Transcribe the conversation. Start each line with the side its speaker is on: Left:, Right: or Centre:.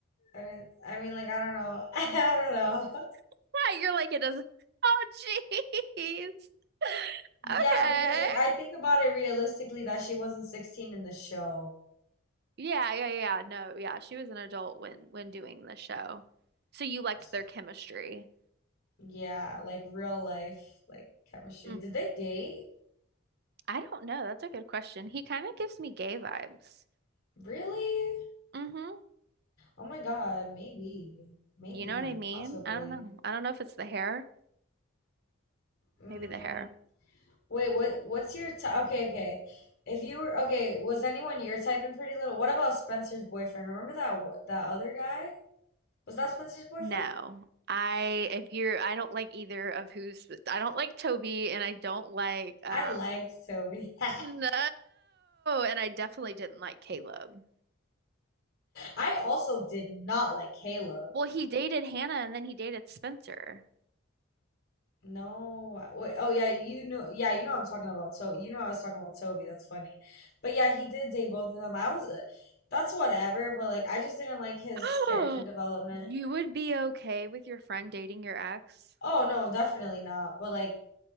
Left: I didn't? I mean, like I don't know. <laughs> I don't know.
Right: <laughs> you're like, it doesn't. Oh, jeez. <laughs>
Left: Yeah,
Right: Okay.
Left: because like I think about it realistically that she wasn't 16 in the show.
Right: Yeah, yeah, yeah. No, yeah, she was an adult when when doing the show. So you liked
Left: So,
Right: their chemistry.
Left: yeah, like real life, like chemistry.
Right: Mm,
Left: Did they date?
Right: I don't know. That's a good question. He kind of gives me gay vibes.
Left: Really?
Right: Mm-hmm.
Left: Oh my God, maybe. Maybe,
Right: You know what I mean?
Left: possibly.
Right: I don't know. I don't know if it's the hair.
Left: Mm,
Right: Maybe the hair.
Left: wait, what what's your type? Okay, okay. If you were okay, was anyone your type in Pretty Little? What about Spencer's boyfriend? Remember that wh- that other guy? Was that Spencer's boyfriend?
Right: No. I if you're I don't like either of who's I don't like Toby and I don't like um
Left: I liked Toby. <laughs>
Right: no. And I definitely didn't like Caleb.
Left: I also did not like Caleb.
Right: Well, he dated Hannah and then he dated Spencer.
Left: No, wait, oh yeah, you know, yeah, you know what I'm talking about. So you know I was talking about Toby. That's funny, but yeah, he did date both of them. I was, uh, that's whatever. But like, I just didn't like his
Right: <gasps> Oh,
Left: character development.
Right: You would be okay with your friend dating your ex?
Left: Oh no, definitely not. But like,